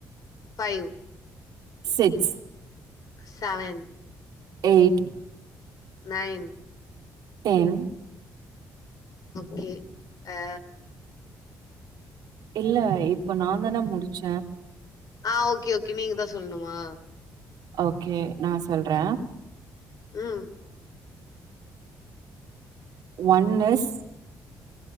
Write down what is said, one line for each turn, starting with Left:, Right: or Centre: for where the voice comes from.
Left: five
Right: six
Left: seven
Right: eight
Left: nine
Right: ten
Left: okay ஆ
Right: இல்ல இப்ப நா தான முடிச்ச
Left: ஆ ஓகே ஓகே நீங்க தா சொல்ணுமா
Right: ஓகே நா சொல்ற
Left: ம்
Right: ஒன்னிஸ்